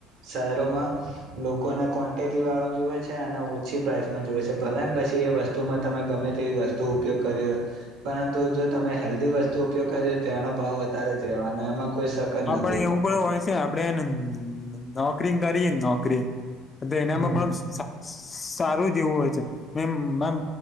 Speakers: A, on the right (about 65°); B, on the left (about 30°).
A: શહેરોમાં લોકોને ક્વોન્ટિટી વાળું જોવે છે અને ઓછી પ્રાઇસમાં જોવે છે ભલે ને પછી એ વસ્તુમાં તમે ગમે તેવી વસ્તુ ઉપયોગ કરી હોય, પરંતુ જો તમે હેલ્ધી વસ્તુ ઉપયોગ કરી તો એનો ભાવ વધારે જ રેવાનો એમાં કોઈ સકત
B: આપેણે
A: નથી
B: એવું પણ હોય છે, આપડેને નોકરી કરીયે નોકરી એનામાં
A: હમ
B: પણ સારું જેવું હોય છે, એમ અમ